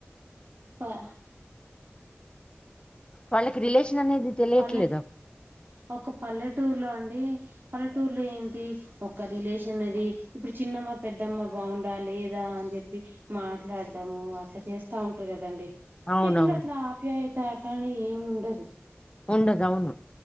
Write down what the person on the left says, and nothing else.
వాళ్ళకి రిలేషన్ కానీ ఇది తెలియట్లేదు
అవునవును
ఉండదు అవును